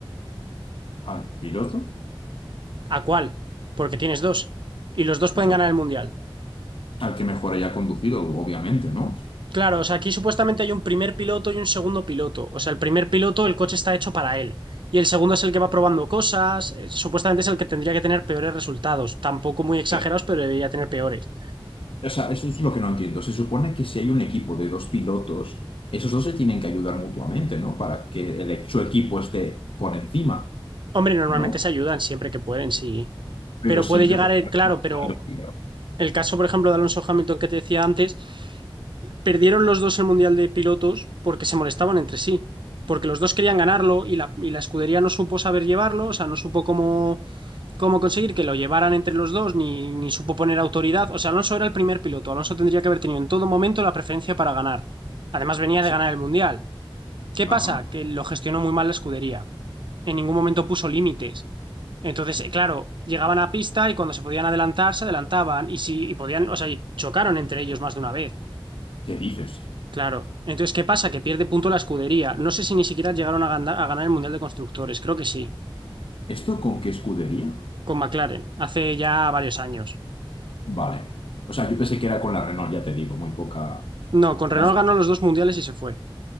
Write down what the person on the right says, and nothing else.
¿A cuál? Porque tienes dos, y los dos pueden
ganar el Mundial.
Claro, o sea, aquí supuestamente hay un primer piloto y un segundo piloto. O sea, el primer piloto, el coche está hecho para él. Y el segundo es el que va probando cosas. eh, Supuestamente es el que tendría que tener peores resultados. Tampoco muy exagerados,
pero debería tener peores.
Hombre, normalmente
se ayudan siempre que pueden, sí.
Pero
puede llegar
el, claro, pero
el caso, por ejemplo, de Alonso Hamilton que te decía antes, perdieron los dos el Mundial de Pilotos porque se molestaban entre sí. Porque los dos querían ganarlo y la, y la escudería no supo saber llevarlo, o sea, no supo cómo cómo conseguir que lo llevaran entre los dos, ni, ni supo poner autoridad. O sea, Alonso era el primer piloto. Alonso tendría que haber tenido en todo momento la preferencia para ganar. Además, venía
de ganar el Mundial. ¿Qué
pasa? Que lo gestionó muy mal la escudería. En ningún momento puso límites. Entonces, eh, claro, llegaban a pista y cuando se podían adelantar, se adelantaban. Y si y podían, o sea, y chocaron entre ellos más de una vez.
Claro. Entonces, ¿qué pasa? Que pierde punto la escudería. No sé si ni siquiera llegaron a ganar, a ganar el Mundial de Constructores. Creo que sí.
Con McLaren. Hace ya varios años.
No, con
Renault ganó los dos mundiales y se fue,